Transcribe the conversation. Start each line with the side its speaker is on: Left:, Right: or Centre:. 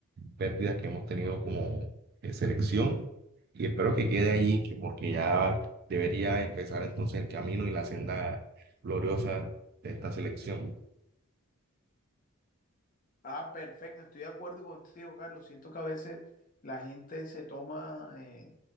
Right: pérdidas que hemos tenido como eh, selección y espero que quede allí, que porque ya debería empezar entonces el camino y la senda gloriosa de esta selección.
Left: Ah, perfecto, estoy de acuerdo contigo, Carlos. Siento que a veces la gente se toma, eh,